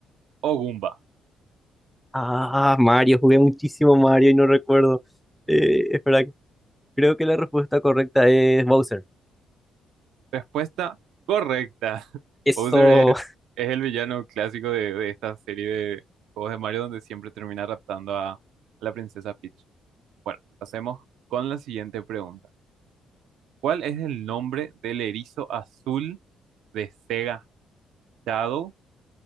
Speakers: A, on the right; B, in the centre.
A: o Goomba?
B: Ah, Mario, jugué muchísimo Mario y no recuerdo. Eh, espera, creo que la respuesta correcta es Bowser.
A: Respuesta correcta. <laughs>
B: Eso.
A: Bowser es, es el villano clásico de, de esta serie de juegos de Mario donde siempre termina raptando a, a la princesa Peach. Bueno, pasemos con la siguiente pregunta. ¿Cuál es el nombre del erizo azul de Sega? ¿Shadow,